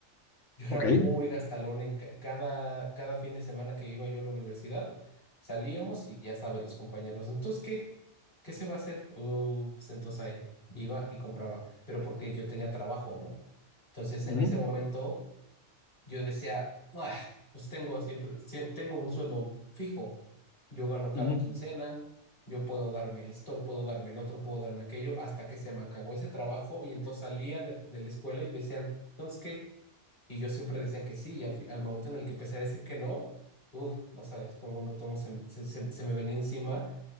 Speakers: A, on the left; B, on the left.
A: Yo era
B: ¿Ok?
A: muy gastalón en ca- cada, cada fin de semana que iba yo a la universidad, salíamos y ya sabes, los compañeros, entonces, ¿qué? ¿Qué se va a hacer? "Oh, pues entonces ahí iba y compraba, pero porque yo tenía trabajo, ¿no? Entonces,
B: Ujú,
A: en ese momento, yo decía, "Ah, pues tengo siempre, sí, tengo un sueldo fijo, yo gano cada
B: ujú.
A: quincena, yo puedo darme esto, puedo darme el otro, puedo darme aquello, hasta que se me acabó ese trabajo y entonces salía de, de la escuela y decían, entonces, ¿qué? Y yo siempre decía que sí, y al, fi- al momento en el que empecé a decir que no, uff, no sabes cómo un tomo se, se, se- se me venía encima,